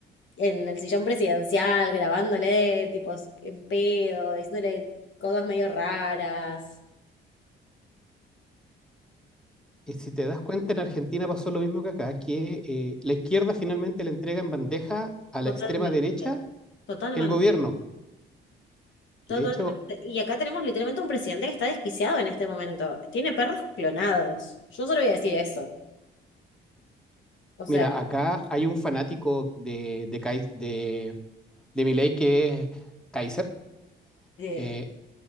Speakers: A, on the left (about 70°); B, in the centre.
A: en el sillón presidencial, grabándole tipos en pedo, diciéndole cosas medio raras.
B: Y si te das cuenta, en Argentina pasó lo mismo que acá, que eh, la izquierda finalmente le entrega en bandeja a la
A: Totalmente,
B: extrema derecha
A: totalmente,
B: el gobierno.
A: totalmente.
B: De hecho,
A: Y acá tenemos literalmente un presidente que está desquiciado en este momento. Tiene perros clonados. Yo solo voy a decir eso. O sea,
B: mira, acá hay un fanático de, de, Kai- de, de Milei que es Kaiser.
A: eh,
B: Eh,